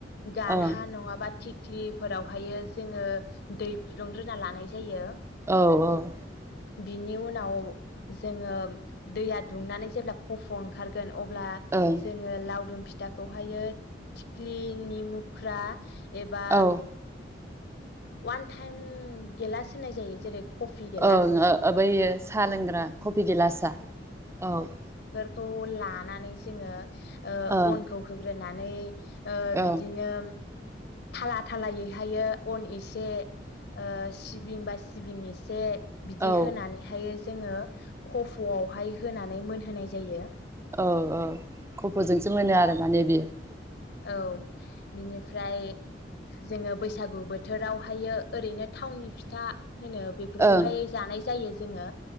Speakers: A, on the left; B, on the right.
A: गारहा
B: औ
A: नङाबा थिग ख्लिफोरावहायो जोङो दै फुदुंग्रोना लानाय जायो
B: औ औ ।
A: बिनि उनाव जोङो दैया दुंनानै जेब्ला खफ' ओंखारगोन अब्ला
B: औ ओं
A: जों लावदुम फिथाखौहायो थिख्लिनि मुख्रा एबा
B: औ
A: अवान टाइम गेलासो होननाय जायो जेरै कफि गेलास
B: औ ओ बैयो साहा लोंग्रा कफि गिलासआ औ ।
A: खौ लानानै जोङो ओ
B: ओं
A: अनखौ होग्रोनानै नै ओ
B: ओं
A: बिदिनो थाला थालायैहायो अन एसे ओ सिबिं बा सिबिं एसे बिदि
B: औ
A: होनानैहायो जोङो कफ' आवहाय होनानै मोनहोनाय जायो ।
B: औ औ । खफ'जोंसो मोनो आरो माने बेयो ।
A: औ । बिनिफ्राय जोङो बैसागु बोथोरावहायो ओरैनो थावनि फिथा होनो बेफोरखौहाय
B: ओं
A: जानाय जायो । जोङो